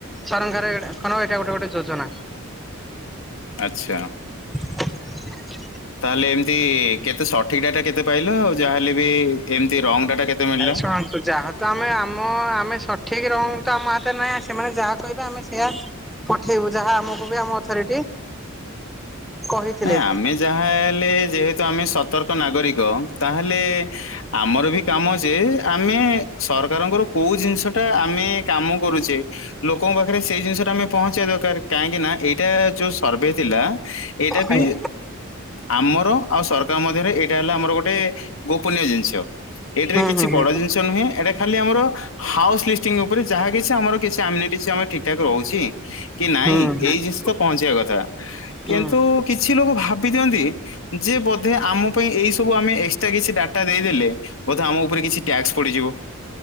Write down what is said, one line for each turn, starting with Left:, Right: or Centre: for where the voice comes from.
Centre: ସରକାର ଏଇଟା ଗୋଟେ ଗୋଟେ ଯୋଜନା।
Left: ଆଛା।
Centre: <inaudible>
Left: ତାହେଲେ ଏମତି କେତେ ସଠିକ ଡାଟା କେତେ ପାଇଲ ଯାହେଲେ ବି ଏମିତି ରଙ୍ଗ ଡାଟା କେତେ ମିଳିଲା
Centre: ଶୁଣନ୍ତୁ ଯାହା ତ ଆମେ ଆମ ଆମେ ସଠିକ ରଙ୍ଗ ତ ଆମ ହାତ ନାଇଁ, ସେମାନେ ଯାହା କହିବେ ଆମେ ସେୟା ପଠେଇବୁ ଯାହା ଆମକୁ ବି ଆମ ଅଥରିଟି କହିଥିଲେ
Left: ନାଇଁ ଆମେ ଯାହା ହେଲେ ଯେହେତୁ ଆମେ ସତର୍କ ନାଗରିକ ତାହେଲେ ଆମର ବି କାମ ଯେ ଆମେ ସରକାରଙ୍କର କୋଉ ଜିନିଷ ଟା ଆମେ କାମ କରୁଛେ ଲୋକଙ୍କ ପାଖରେ ସେଇ ଜିନିଷ ଟା ଆମେ ପହଞ୍ଚେଇବା ଦରକାର କାହିଁକି ନାଁ ଏଇଟା ଯୋଉ ସର୍ଭେ ଥିଲା। ଏଇଟା ବି
Centre: ଆଜ୍ଞା
Left: ଆମର ଆଉ ସରକାର ମଧ୍ୟରେ ଏଇଟା ହେଲା ଆମର ଗୋଟେ ଗୋପନୀୟ ଜିନିଷ ଏଠିରେ
Centre: ହୁଁ
Left: କିଛି
Centre: ହୁଁ
Left: ବଡ
Centre: ହୁଁ
Left: ଜିନିଷ ନୁହେଁ ଏଟା ଖାଲି ଆମର ହାଉସ ଲିସ୍ତିଂଙ୍ଗ ଉପରେ ଯାହା କିଛି ଆମର କି ଆମ ଠିକ ଠାକ ରହୁଛି। କି ନାଇଁ
Centre: ହୁଁ
Left: ଏଇ ଜିନିଷ ତ ପହଁଚିଵା କଥା କିନ୍ତୁ
Centre: ହୁଁ
Left: କିଛି ଲୋକ ଭାବି ଦିଅନ୍ତି ଯେ ବୋଧେ ଆମ ପାଇଁ ଏଇ ସବୁ ଆମେ ଏକ୍ସଟ୍ରା କିଛି ଡାଟା ଦେଇଦେଲେ ବୋଧେ ଆମ ଉପରେ କିଛି ଟ୍ୟାକ୍ସ ପଡିଯିବ।